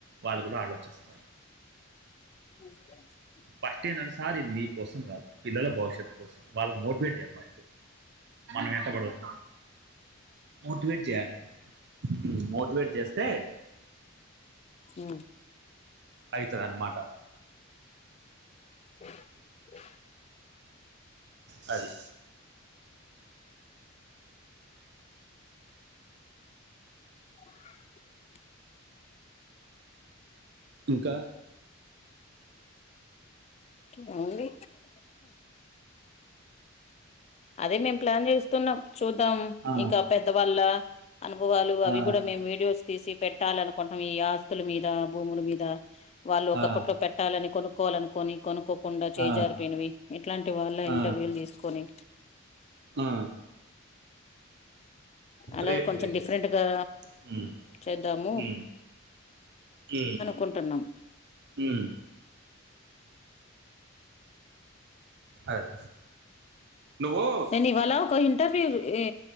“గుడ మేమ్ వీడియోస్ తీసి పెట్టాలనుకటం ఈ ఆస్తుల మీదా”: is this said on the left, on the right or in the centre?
Left